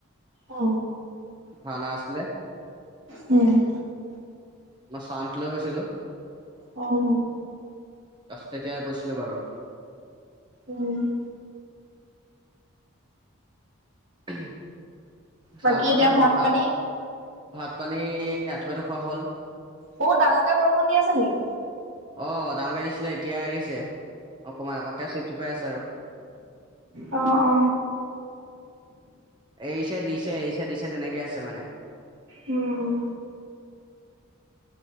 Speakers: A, on the right; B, on the right.
A: অ
B: ভাওনা আছিলে।
A: উম
B: মই ছাউণ্ড লৈ গৈছিলো।
A: অ অ
B: জাষ্ট তেতিয়া গৈছিলো বাৰু
A: উম
B: ঊম ছাণ্ডৰ
A: বাকী এতিয়া
B: তাৰ
A: ভাত
B: বৰ ভা
A: পানী
B: ভাত পানী ৰাতিপুৱাটো খোৱা হ'ল।
A: বহুত ডাঙৰকে বৰষুণ দি আছে নেকি
B: অ ডাঙৰকে দিছিলে এতিয়া এৰিছে। অকমান অকমান এতিয়াও চিপ চিপাই আছে আৰু
A: অ অ
B: এৰিছে দিছে এৰিছে দিছে তেনেকে আছে মানে।
A: উম উম